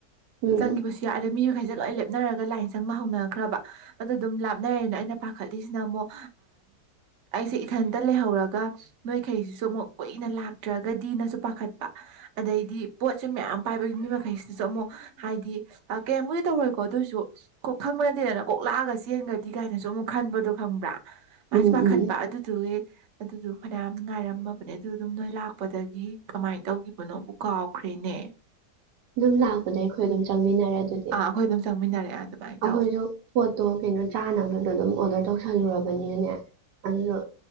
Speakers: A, on the right (about 80°); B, on the right (about 60°).
A: ꯎꯝ
B: ꯆꯪꯈꯤꯕꯁꯨ ꯌꯥꯔ ꯃꯤ ꯈꯥꯏꯖꯂꯛꯑꯦ ꯂꯥꯞꯅꯔꯒ ꯂꯥꯏꯟ ꯆꯪꯕ ꯍꯧꯅꯈ꯭ꯔꯕ ꯑꯗꯨ ꯑꯗꯨꯝ ꯂꯥꯞꯅꯔꯦꯅ ꯑꯩꯅ ꯄꯥꯈꯠꯂꯤꯁꯤꯅ ꯑꯃꯨꯛ ꯑꯩꯁꯦ ꯏꯊꯟꯇ ꯂꯩꯍꯧꯔꯒ ꯅꯣꯏꯈꯩꯁꯤꯁꯨ ꯑꯃꯨꯛ ꯀꯨꯏꯅ ꯂꯥꯛꯇ꯭ꯔꯒꯗꯤ ꯅꯁꯨ ꯄꯥꯈꯠꯄ ꯑꯗꯩꯗꯤ ꯄꯣꯠꯁꯦ ꯃꯌꯥꯝ ꯄꯥꯏꯕꯒꯤ ꯃꯤ ꯃꯈꯩꯁꯤꯗꯁꯨ ꯑꯃꯨꯛ ꯍꯥꯏꯗꯤ ꯀꯌꯥꯝꯃꯨꯗꯤ ꯇꯧꯔꯣꯏ ꯀꯣ ꯑꯗꯨꯏꯁꯨ ꯀꯣꯛ ꯈꯪꯕ ꯅꯠꯇꯦꯗꯅ ꯀꯣꯛꯂꯥꯛꯑꯒ ꯆꯦꯟꯒ꯭ꯔꯗꯤ ꯀꯥꯏꯅꯁꯨ ꯑꯃꯨꯛ ꯈꯟꯕꯗꯣ ꯈꯪꯕ꯭ꯔꯥ ꯑꯗꯨꯥꯏꯁꯨ
A: ꯎꯝ
B: ꯄꯥꯈꯠꯄ
A: ꯎꯝ
B: ꯑꯗꯨꯗꯨꯒꯤ ꯑꯗꯨꯗꯨ ꯐꯅꯌꯥꯝ ꯉꯥꯏꯔꯝꯃꯕꯅꯦ ꯑꯗꯨꯗꯨꯝ ꯅꯣꯏ ꯂꯥꯛꯄꯗꯒꯤ ꯀꯃꯥꯏꯅ ꯇꯧꯈꯤꯕꯅꯣꯕꯨ ꯀꯥꯎꯈ꯭ꯔꯦ ꯇꯅꯦ
A: ꯑꯗꯨꯝ ꯂꯥꯛꯄꯗ ꯑꯩꯈꯣꯏ ꯑꯗꯨꯝ ꯆꯪꯃꯤꯟꯅꯔꯦ ꯑꯗꯨꯗꯤ
B: ꯑꯥ ꯑꯩꯈꯣꯏ ꯑꯗꯨꯝ ꯆꯪꯃꯤꯟꯅꯔꯛꯑꯦ ꯑꯗꯨꯃꯥꯏꯅ
A: ꯑꯩꯈꯣꯏꯁꯨ
B: ꯇꯧ
A: ꯄꯣꯠꯇꯣ ꯀꯩꯅꯣ ꯆꯥꯅꯕꯗꯣ ꯑꯗꯨꯝ ꯑꯣꯔꯗꯔ ꯇꯧ ꯇꯁꯜꯂꯨꯔꯕꯅꯤꯅꯅꯦ ꯑꯗꯨꯗꯣ